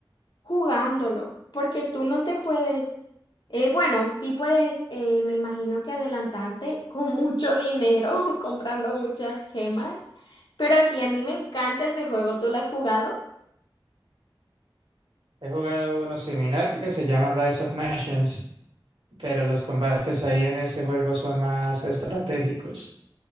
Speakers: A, on the left; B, on the right.
A: jugándolo, porque tú no te puedes, eh, bueno, sí puedes, eh, me imagino que adelantarte con mucho dinero, <laughs> comprando muchas gemas, pero sí, a mí me encanta ese juego, ¿tú lo has jugado?
B: He jugado uno similar que se llama Rise of Nations, pero los combates ahí en ese juego son más estratégicos.